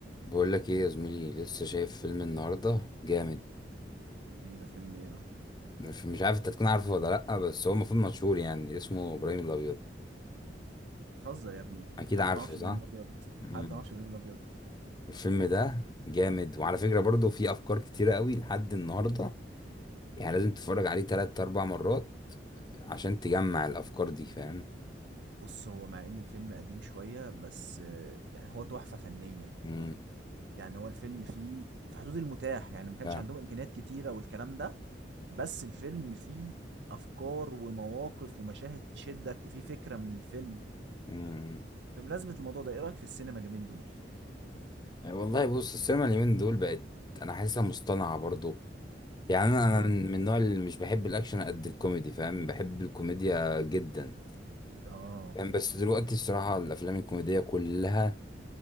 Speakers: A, on the left; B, on the right.
A: بقول لك ايه يا زميلي لسه شايف فيلم النهارده جامد
B: ايه ده فيلم ايه ده
A: مش مش عارف انت تكون عارفه ولا لا بس هو المفروض مشهور يعني اسمه ابراهيم الابيض
B: بتهزر يا ابني
A: اكيد
B: حد
A: عارفه
B: ما يعرفش
A: صح
B: ابراهيم الابيض
A: مم.
B: حد ما يعرفش ابراهيم الابيض
A: الفيلم ده جامد وعلى فكره برضه في افكار كتيره قوي لحد النهارده يعني لازم تتفرج عليه تلات اربع مرات عشان تجمع الافكار دي فاهم
B: بص هو مع ان الفيلم قديم شويه بس آه، يعني هو تحفه فنيه
A: امم
B: يعني هو الفيلم فيه في حدود المتاح يعني ما كانش
A: فاهم
B: عندهم امكانيات كتيره والكلام ده بس الفيلم فيه افكار ومواقف ومشاهد تشدك وفيه فكره من الفيلم
A: امم
B: بمناسبه الموضوع ده ايه رايك في السينما اليومين دول
A: والله بص السينما اليومين دول بقت انا حاسسها مصطنعه برضه يعني انا
B: اه
A: أنا من من النوع اللي مش بحب الاكشن قد الكوميدي فاهم بحب الكوميديا جدا
B: اه
A: يعني بس دلوقتي الصراحة الأفلام الكوميدية كلها